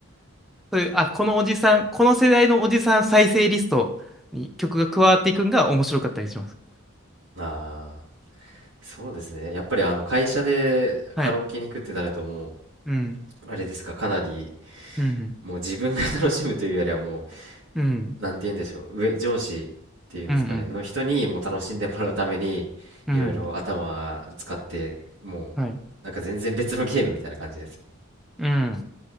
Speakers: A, in the centre; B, on the right.
A: そういう、あ、このおじさん、この世代のおじさん再生リストに曲が加わっていくんが面白かったりします。
B: あそうですねやっぱりあの会社でカラオケに行くってなるともう
A: はい。うん。
B: あれですかかなり
A: うん。
B: もう自分が楽しむというよりはもう
A: うん。
B: なんて言うんでしょう、上、上司っていうんですかね、
A: うん。うん。
B: の人にもう楽しんでもらうために、
A: うん
B: いろいろ頭使って、もう、
A: はい。
B: なんか全然別のゲームみたいな感じですね。
A: うん。